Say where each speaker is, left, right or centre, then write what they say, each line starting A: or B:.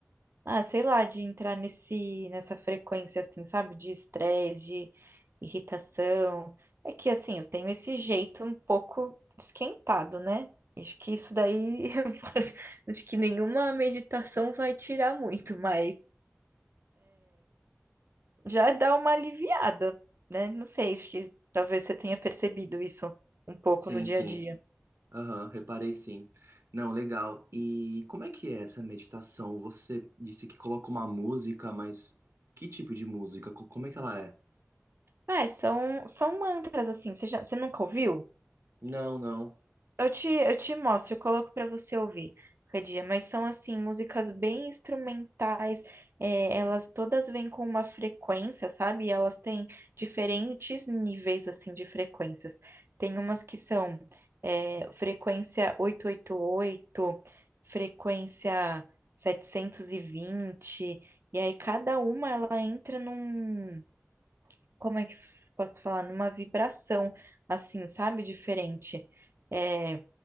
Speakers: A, on the right; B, on the right.
A: Ah, sei lá, de entrar nesse, nessa frequência, assim, sabe? De estresse, de irritação. É que, assim, eu tenho esse jeito um pouco esquentado, né? Acho que isso daí, <laughs> eu acho que nenhuma meditação vai tirar muito, mas já dá uma aliviada, né? Não sei, acho que talvez você tenha percebido isso um pouco
B: Sim,
A: no dia
B: sim.
A: a dia.
B: Aham, reparei sim. Não, legal. E como é que é essa meditação? Você disse que coloca uma música, mas que tipo de música? Co- Como é que ela é?
A: Ah, é, são, são mantras, assim, você, já, você nunca ouviu?
B: Não, não.
A: Eu te, eu te mostro, eu coloco pra você ouvir qualquer dia, mas são assim, músicas bem instrumentais, é, elas todas vêm com uma frequência, sabe? E elas têm diferentes níveis assim de frequências. Tem umas que são é, frequência oitocentos e oitenta e oito frequência 720, e vinte, e aí cada uma ela entra num, como é que posso falar? Numa vibração, assim, sabe? Diferente. É,